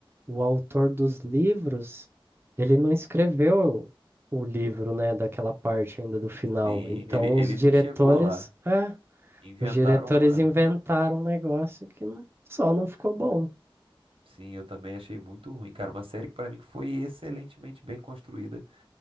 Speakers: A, on the right; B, on the right.
A: o autor dos livros, ele não escreveu o livro, né, daquela parte ainda do final.
B: Sim,
A: Então
B: ele, ele
A: os diretores,
B: não chegou lá.
A: é,
B: Inventaram
A: os diretores
B: uma.
A: inventaram um negócio que não- só não ficou bom.
B: Sim, eu também achei muito ruim, cara. Uma série que pra mim foi excelentemente bem construída.